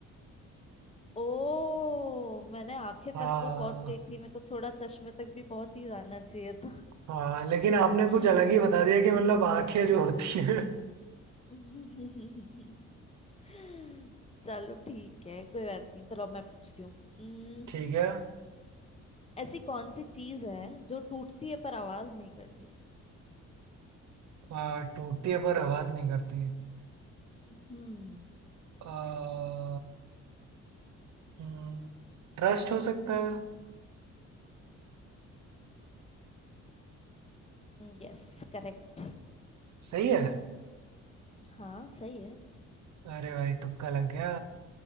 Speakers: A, on the left; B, on the right.
A: ओ मैंने आंखें
B: हाँ
A: तक तो पहुंच गई थी मेरे को थोड़ा चश्मे तक भी पहुंच ही जाना चाहिए था
B: हाँ लेकिन आपने
A: <laughs>
B: कुछ अलग ही बता दिया कि मतलब आंखें जो होती है
A: <laughs> चलो ठीक है कोई बात नहीं चलो अब मैं पूछती हूँ हम्म,
B: ठीक है
A: ऐसी कौन सी चीज है जो टूटती है पर आवाज नहीं करती
B: आ, टूटती है पर आवाज नहीं करती
A: हम्म
B: आ, हम्म, ट्रस्ट हो सकता है
A: Yes correct
B: सही है
A: हाँ सही है
B: अरे भाई तुक्का लग गया